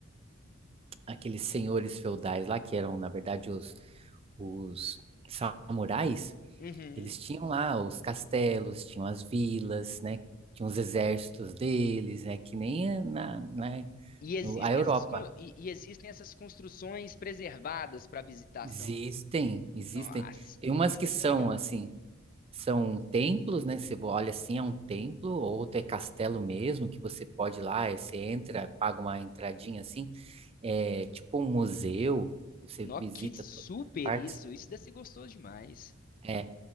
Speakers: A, on the right; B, on the left.
A: aqueles senhores feudais lá, que eram, na verdade, os, os samurais,
B: uhum.
A: eles tinham lá os castelos, tinham as vilas, né? Tinham os exércitos deles, né? Que nem a- na, na,
B: E existem
A: a Europa.
B: essas, con- e, e existem essas construções preservadas para visitação.
A: Existem, existem.
B: Nossa,
A: Tem umas
B: isso
A: que
B: deve
A: são
B: ser legal.
A: assim, são templos, né? Você olha assim, é um templo, outro é castelo mesmo, que você pode ir lá, aí você entra, paga uma entradinha assim, é tipo um museu, você
B: Nó,
A: visita
B: que super
A: todas as partes.
B: isso! Isso deve ser gostoso demais.
A: É.